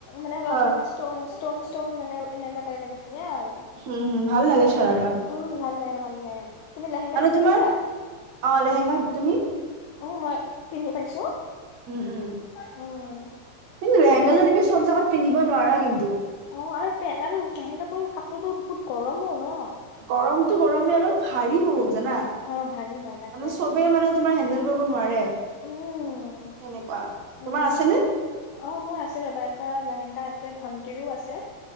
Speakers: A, on the left; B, on the right.
A: মানে অলপ
B: অ
A: মানে ষ্টন ষ্ট'ন ষ্টন'মানে এনেকুৱা টাইপ আৰু ধুনীয়া আৰু।
B: হম হম ভাল লাগে চাৰাৰা
A: উম ভাল লাগে ভাল লাগে। তুমি লাহেংগা
B: মানে
A: পিন্ধি
B: তোমাৰ
A: পাইছা?
B: অ' লেহেংগা। তুমি?
A: অ' মই পিন্ধি পাইছো।
B: উম উম!
A: উম
B: কিন্তু লেহেংগা যোৰ তুমি চব জাগাত পিন্ধিব নোৱাৰা কিন্তু।
A: অ' আৰু বেয়াও লেহেংগাৰ কাপোৰবোৰ বহুত গৰমো ন'।
B: গৰমটো গৰমেই আৰু ভাৰী বহুত জানা। মানে
A: অ ভাৰী হয় তাকে
B: চবে মানে তোমাৰ হেডেল কৰিব নোৱাৰে। সেনেকুৱা
A: উম উম
B: তোমাৰ আছে নে?
A: অ', মোৰ আছে ৰবা এটা লেহেংগা আছে ভণ্টিৰো আছে।